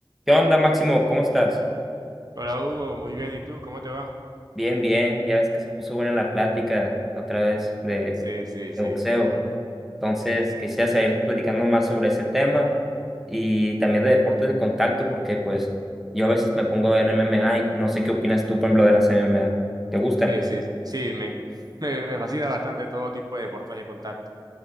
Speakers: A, in the centre; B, on the right (about 50°).
A: ¿Qué onda, Máximo? ¿Cómo estás?
B: Hola Hugo, muy bien. ¿Y tú? ¿Cómo te va?
A: Bien, bien. Ya ves que se puso buena la plática otra vez de,
B: Sí, sí, sí.
A: de boxeo. Entonces, quisiera seguir platicando más sobre ese tema y también de deportes de contacto, porque pues yo a veces me pongo a ver MMA y no sé qué opinas tú, por ejemplo, de las MMA. ¿Te gustan?
B: Sí, sí, sí. Me, <laughs> me, me fascina bastante todo tipo de deportes de contacto.